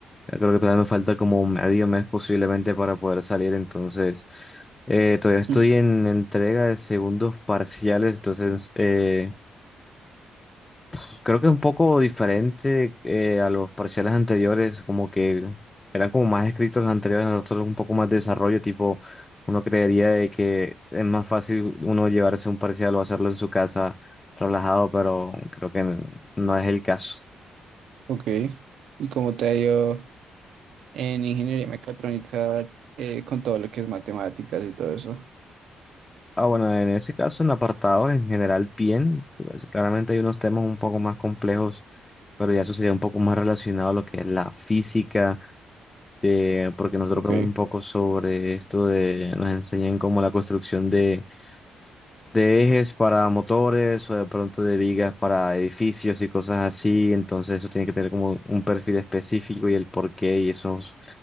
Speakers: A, on the left; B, on the right.
A: Yo creo que todavía me falta como medio mes posiblemente para poder salir, entonces eh, todavía estoy
B: <laughs>
A: en entrega de segundos parciales, entonces eh, pues, creo que es un poco diferente eh, a los parciales anteriores, como que eran como más escritos los anteriores, los otros un poco más de desarrollo, tipo uno creería de que es más fácil uno llevarse un parcial o hacerlo en su casa relajado, pero creo que no no es el caso.
B: Ok. ¿Y cómo te ha ido en ingeniería mecatrónica eh, con todo lo que es matemáticas y todo eso?
A: Ah, bueno, en ese caso, en apartados en general, bien. Pues, Claramente hay unos temas un poco más complejos, pero ya eso sería un poco más relacionado a lo que es la física, de, porque nosotros
B: Ok,
A: vemos un poco sobre esto de, nos enseñan como la construcción de, de ejes para motores o de pronto de vigas para edificios y cosas así. Entonces eso tiene que tener como un perfil específico y el porqué y esos,